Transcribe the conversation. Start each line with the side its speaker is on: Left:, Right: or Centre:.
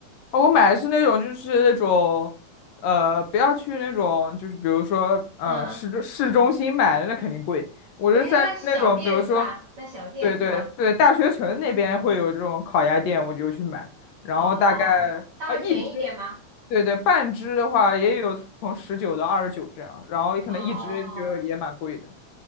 Left: 哦，我买的是那种，就是那种，呃，不要去那种，就是比如说，呃，
Right: 嗯，
Left: 市中市中心买的那肯定贵。我是在那种，
Right: 肯定是那小店是吧？
Left: 比如说，
Right: 那小店是吧？
Left: 对对对，大学城那边会有这种烤鸭店，我就去买。然后大概啊，
Right: 哦，稍微便宜一点吗？
Left: 一只，对对，半只的话也有从十九到二十九这样，然后可能一只就也蛮贵的。
Right: 哦，